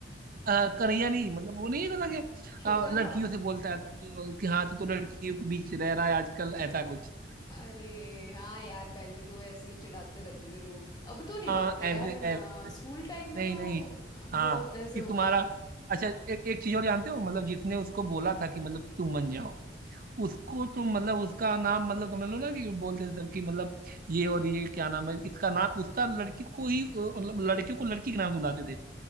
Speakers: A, on the right; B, on the left.
A: आ, कन्हैया नहीं मतलब वो नहीं कहता कि
B: छोटा
A: आ, लड़कियों
B: था
A: से बोलता है तू तो कि हाँ तू तो लड़कियों के बीच रह रहा है आजकल ऐसा कुछ
B: अरे हाँ यार पहले तो ऐसे ही चिढ़ाते रहते थे लोग अब तो नहीं
A: हाँ
B: मानते
A: ऐसे
B: यार हाँ
A: ऐसे
B: स्कूल टाइम में
A: नहीं
B: तो
A: नहीं
B: बहुत
A: हाँ
B: ऐसे
A: कि
B: होता
A: तुम्हारा
B: था
A: अच्छा एक एक चीज और जानते हो मतलब जिसने उसको बोला था कि मतलब तुम बन जाओ उसको तो मतलब उसका नाम मतलब समझ लो ना कि बोलते थे सर कि मतलब ये और ये क्या नाम है इसका नाम उसका लड़की को ही अ, मतलब लड़कियों को लड़की के नाम से बुलाते थे